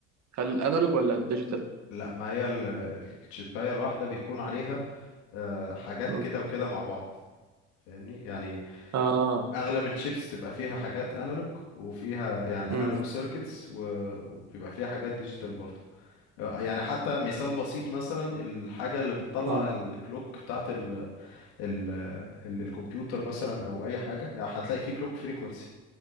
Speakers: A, on the right; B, on the left.
A: هل الانالوج ولا الديجيتال
B: لا ما هي ال... ال- الشيبايه الواحده بيكون عليها آه، حاجات
A: مم.
B: كده وكده مع بعض فاهمني يعني
A: اه
B: اغلب الشيبس تبقى فيها حاجات انالوج وفيها يعني
A: امم
B: انالوج سيركتس وبيبقى فيها حاجات ديجيتال برضه يعني حتى مثال بسيط مثلا الحاجة اللي بتطلع
A: اه
B: الكلوك بتاعت ال ال ال الكمبيوتر مثلا او اي حاجة يعني هتلاقي فيه كلوك فريكونسي